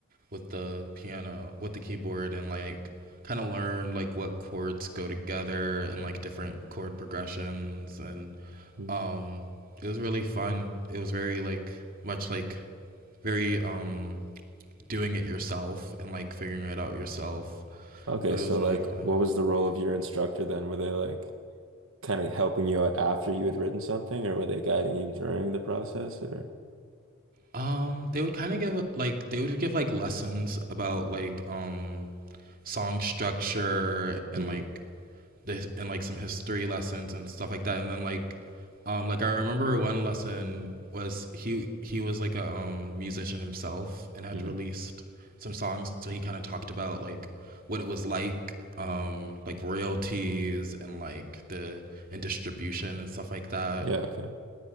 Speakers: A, on the right; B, on the right.
A: with the piano with the keyboard and like kind of learn like what chords go together and like different chord progressions and
B: hmm
A: um it was really fun it was very like much like very um doing it yourself and like figuring it out yourself
B: Okay,
A: but
B: so
A: it was really
B: like
A: fun
B: what was the role of your instructor then? Were they like kind of helping you out after you had written something or were they guiding you during the process or?
A: um they would kind of give like they would give like lessons about like um song structure and
B: hmm
A: like the in like some history lessons and stuff like that. And then like um like I remember one lesson was he he was like a um musician himself and had
B: hmm
A: released some songs so he kind of talked about like what it was like um like royalties and like the and distribution and stuff like that
B: Yeah, okay.